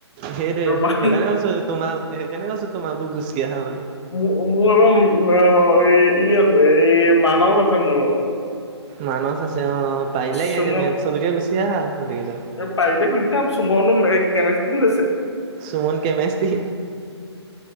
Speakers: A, on the right; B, on the left.
A: সেইটোৱে।
B: ৰোমান
A: সেইকাৰণে কৈছোঁ তোমাক, সেইকাৰণে কৈছোঁ তোমাকো গুচি আহা বুলি।
B: মোৰ অ', মোৰ ম', অ', আ' এই, ই আছে, এই মানস আছে মোৰ লগত।
A: মানস আছে অ', অ'। পাৰিলে
B: চুমক
A: মেথচলৈকে গুচি আহা, গোতেইকেইটা।
B: পাৰিলে গুচি যাম চুমনো ম' এই কেমিষ্ট্ৰ্ৰীত লৈছে।
A: সুমন কেমিষ্ট্ৰ্ৰী।